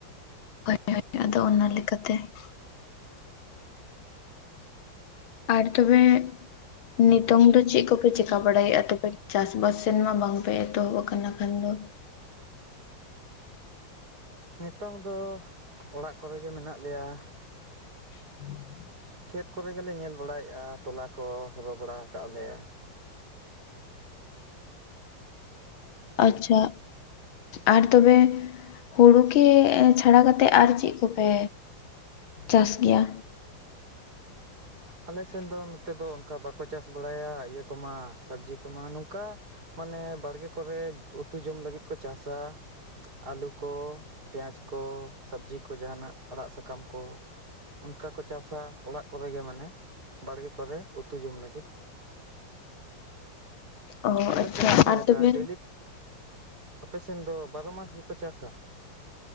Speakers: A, on the left; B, on the right.
A: ᱦᱳᱭ ᱦᱳᱭ ᱟᱫᱚ ᱚᱱᱟ ᱞᱮᱠᱟᱛᱮ ᱟᱨ ᱛᱚᱵᱮ ᱱᱤᱛᱚᱝ ᱫᱚ ᱪᱮᱫ ᱠᱚᱯᱮ ᱪᱮᱠᱟ ᱵᱟᱲᱟᱭᱮᱫᱼᱟ ᱛᱚᱵᱮ ᱪᱟᱥᱵᱟᱥ ᱥᱮᱱ ᱢᱟ ᱵᱟᱝᱯᱮ ᱮᱛᱚᱦᱚᱵ ᱟᱠᱟᱱᱟ ᱠᱷᱟᱱ ᱫᱚ᱾
B: ᱱᱤᱛᱚᱝ ᱫᱚ ᱚᱲᱟᱜ ᱠᱚᱨᱮ ᱜᱮ ᱢᱮᱱᱟᱜ ᱞᱮᱭᱟ᱾
A: <inaudible>
B: ᱠᱷᱮᱛ ᱠᱚᱨᱮ ᱜᱮᱞᱮ ᱧᱮᱞ ᱵᱟᱲᱟᱭᱮᱫᱼᱟ ᱛᱚᱞᱟ ᱠᱚ ᱦᱚᱨᱚ ᱵᱟᱲᱟ ᱠᱟᱜ-ᱟ ᱞᱮ᱾
A: ᱟᱪᱪᱷᱟ᱾ ᱟᱨ ᱛᱚᱵᱮ ᱦᱩᱲᱩ ᱠᱤ ᱮᱸ ᱪᱷᱟᱲᱟ ᱠᱟᱛᱮᱜ ᱟᱨ ᱪᱮᱫ ᱠᱚᱯᱮ ᱪᱟᱥ ᱜᱮᱭᱟ᱾
B: ᱟᱞᱮ ᱥᱮᱱ ᱫᱚ ᱱᱚᱛᱮ ᱫᱚ ᱚᱱᱠᱟ ᱵᱟᱠᱚ ᱪᱟᱥ ᱵᱟᱲᱟᱭᱟ ᱤᱭᱟᱹ ᱠᱚᱢᱟ ᱥᱚᱵᱽᱡᱤ ᱠᱚᱢᱟ᱾ ᱱᱚᱝᱠᱟ ᱢᱟᱱᱮ ᱵᱟᱲᱜᱮ ᱠᱚᱨᱮ ᱩᱛᱩ ᱡᱚᱢ ᱞᱟᱹᱜᱤᱫ ᱠᱚ ᱪᱟᱥᱟ᱾ ᱟᱹᱞᱩ ᱠᱚ, ᱯᱮᱸᱭᱟᱡᱽ ᱠᱚ, ᱥᱚᱵᱽᱡᱤ ᱠᱚ ᱡᱟᱦᱟᱱᱟᱜ ᱟᱲᱟᱜ ᱥᱟᱠ ᱠᱟᱢ ᱠᱚ ᱚᱱᱠᱟ ᱠᱚ ᱪᱟᱥᱟ ᱚᱲᱟᱜ ᱠᱚᱨᱮ ᱜᱮ ᱢᱟᱱᱮ᱾ ᱵᱟᱲᱜᱮ ᱠᱚᱨᱮ ᱩᱛᱩ ᱡᱚᱢ ᱞᱟᱹᱜᱤᱫ᱾
A: ᱚ
B: ᱟᱯᱮ
A: ᱟᱪᱪᱷᱟ
B: ᱥᱮᱱ ᱫᱚ ᱪᱮᱫᱞᱮᱠᱟ
A: ᱟᱨ ᱛᱚᱵᱮ
B: ᱰᱮᱞᱤ ᱟᱯᱮ ᱥᱮᱱ ᱫᱚ ᱵᱟᱨᱚ ᱢᱟᱥ ᱜᱮᱠᱚ ᱪᱟᱥᱟ?